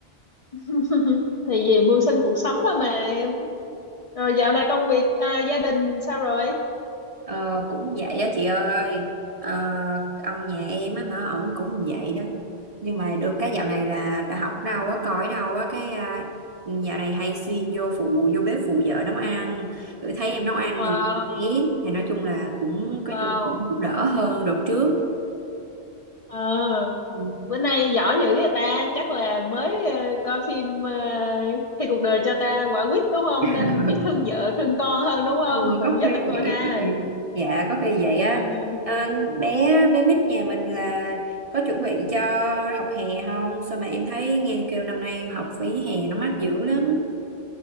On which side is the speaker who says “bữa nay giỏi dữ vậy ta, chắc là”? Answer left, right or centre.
Left